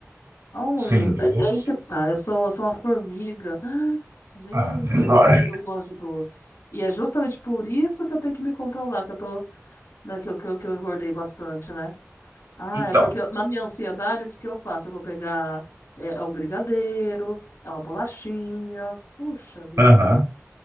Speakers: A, on the left (about 80°); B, on the right (about 90°).
A: Ah, meu
B: sem
A: Deus.
B: doce.
A: é é aí que tá, eu sou, eu sou uma formiga. <gasps> Gente,
B: Ah, não
A: eu,
B: é.
A: eu eu gosto de doces. E é justamente por isso que eu tenho que me controlar, que eu tô, né, que eu, que eu, que eu engordei bastante, né? Ah,
B: Então.
A: é porque eu- na minha ansiedade, o que que eu faço? Eu vou pegar é, é um brigadeiro, é uma bolachinha. Puxa vida.
B: Aham.